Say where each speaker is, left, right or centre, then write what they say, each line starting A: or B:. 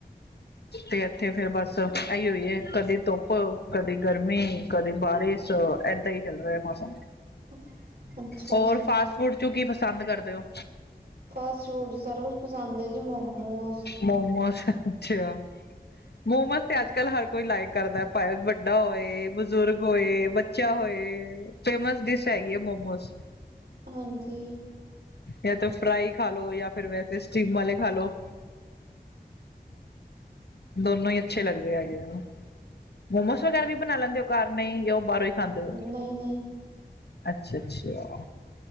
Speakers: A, on the left (about 80°); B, on the right (about 70°).
A: ਤੇ ਤੇ ਬਸ ਏਈਓ ਈ ਏ, ਕਦੀਂ ਧੁੱਪ, ਕਦੀਂ ਗਰਮੀ, ਕਦੀਂ ਬਾਰਿਸ਼, ਅ ਏਦਾਂ ਈ ਚੱਲ ਰਯਾ ਮੌਸਮ।
B: <inaudible> ਅੱਛਾ
A: ਹੋਰ
B: ਜੀ
A: ਫਾਸਟ ਫੂਡ ਚੋਂ ਕੀ ਪਸੰਦ ਕਰਦੇਂ ਓ?
B: ਫਾਸਟ ਫੂਡ ਚ ਸਾਰਾ ਕੁਛ ਪਸੰਦ ਹੈ ਜੀ ਮੋਮੋਸ
A: ਮੋਮੋਜ਼ ਅੱਛਾ। ਮੋਮੋਜ਼ ਤੇ ਅੱਜ ਕੱਲ ਹਰ ਕੋਈ ਲਾਇਕ ਕਰਦਾ, ਭਾਵੇਂ ਵੱਡਾ ਹੋਏ, ਬਜ਼ੁਰਗ ਹੋਏ। ਬੱਚਾ ਹੋਏ, ਫੇਮਸ ਡਿਸ਼ ਹੈਗੀ ਐ ਮੋਮੋਜ਼।
B: ਹਾਂਜੀ।
A: ਯਾ ਤੇ ਫਰਾਾਈ ਖਾ ਲੋ, ਯਾ ਫਿਰ ਵੈਸੇ ਸਟੀਮ ਵਾਲੇ ਖਾ ਲੋ। ਦੋਨੋਂ ਹੀ ਅੱਛੇ ਲੱਗਦੇ ਹੈਗੇ ਐ, ਮੋਮੋਜ਼ ਵਗੈਰਾ ਵੀ ਬਨਾਂ ਲੈਂਦੇ ਹੋ ਘਰ ਨਈ? ਫੇਰ ਓ ਬਾਹਰੋਂ ਹੀ ਖਾਂਦੇ ਐ,
B: ਨਹੀਂ ਨਹੀਂ
A: ਅੱਛਾ-ਅੱਛਾ।